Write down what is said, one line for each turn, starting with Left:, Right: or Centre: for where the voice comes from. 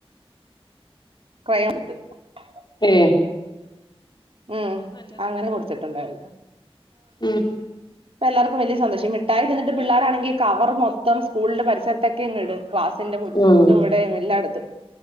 Right: <unintelligible>
Left: ഏ
Right: ഉം അങ്ങനെ കൊടുത്തിട്ടുണ്ടായിരുന്നു
Left: ഉം
Right: ഇപ്പ എല്ലാർക്കും വലിയ സന്തോഷം മിഠായി തിന്നിട്ട് പിള്ളോരാണെങ്കിൽ കവർ മൊത്തം സ്കൂളിന്റെ പരിസരത്തൊക്കെയിങ്ങിടും ക്ലാസിന്റെ മു
Left: ഉം
Right: ഇത് ഇവിടെയും എല്ലായിടത്തും